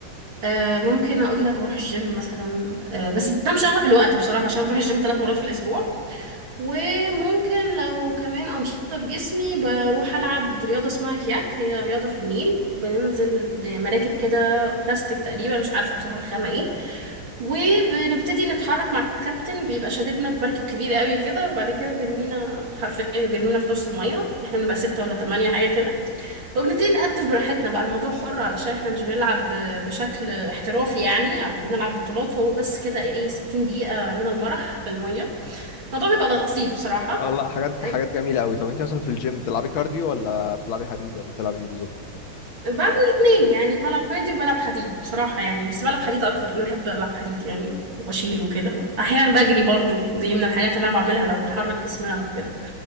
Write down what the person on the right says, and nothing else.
آه ممكن اقول لك بروح الجيم مثلا آه بس ده مش اغلب الوقت بصراحة عشان بروح الجيم ثلاث مرات في الاسبوع وممكن لو كمان انشطة بجسمي بروح العب رياضة اسمها كياك هي رياضة في النيل بننزل بمراكب كده بلاستيك تقريبا مش عارفة بصراحة الخامة ايه وبنبتدي نتحرك مع الكابتن بيبقى شاددنا بمركب كبير قوي كده وبعد كده بيرمينا حرفيا بيرمينا في نص المية احنا بنبقى ستة ولا تمانية حاجة كده وبنبتدي نقدف براحتنا بقى الموضوع حر علشان احنا مش بنلعب ب- بشكل احترافي يعني او بنلعب بطولات هو بس كده ايه 60 دقيقة من المرح في المية الموضوع بيبقى لطيف بصراحة
أه،
بعمل الاتنين يعني بلعب كويدي وبلعب حديد بصراحة يعني بس بلعب حديد أكتر لأن بحب ألعب حديد يعني وأشيل وكده أحيانا بجري برضو دي من الحاجات اللي أنا بعملها لو بنحرك جسمنا وكده